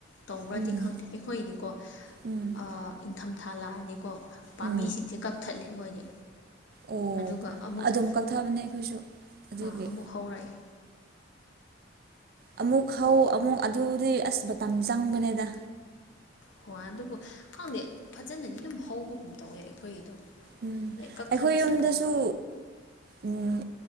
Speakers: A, on the left; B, on the right.
A: ꯇꯧꯕ꯭ꯔꯗꯤ
B: ꯎꯝ
A: ꯈꯪꯗꯦ ꯑꯩꯈꯣꯏꯒꯤꯗꯤꯀꯣ
B: ꯎꯝ
A: ꯑꯥ ꯏꯪ ꯊꯝꯊꯥꯂꯥꯛꯑꯗꯤꯀꯣ ꯄꯥꯝꯕꯤꯁꯤꯡꯁꯦ
B: ꯎꯝ
A: ꯀꯛꯊꯠꯂꯦ ꯑꯩꯈꯣꯏꯗꯤ
B: ꯑꯣ
A: ꯑꯗꯨꯒ ꯑꯃꯨꯛ
B: ꯑꯗꯨꯝ ꯀꯛꯊꯕꯅꯦ ꯑꯩꯈꯣꯏꯁꯨ ꯑꯗꯨꯒꯤ
A: ꯑ ꯑꯃꯨꯛ ꯍꯧꯔꯛꯏ
B: ꯑꯃꯨꯛ ꯍꯧ ꯑꯃꯨꯛ ꯑꯗꯨꯗꯤ ꯑꯁ ꯃꯇꯝ ꯆꯪꯕꯅꯦꯗ
A: ꯍ ꯑꯗꯨꯕꯨ ꯈꯪꯗꯦ ꯐꯖꯅꯗꯤ ꯑꯗꯨꯝ ꯍꯧꯕꯒꯨꯝ ꯇꯧꯋꯦ ꯑꯩꯈꯣꯏꯒꯤꯗꯣ
B: ꯎꯝ
A: <unintelligible> ꯀꯛꯊꯠꯂꯁꯨꯀꯣ
B: ꯑꯩꯈꯣꯏ ꯌꯨꯝꯗꯁꯨ ꯎꯝ,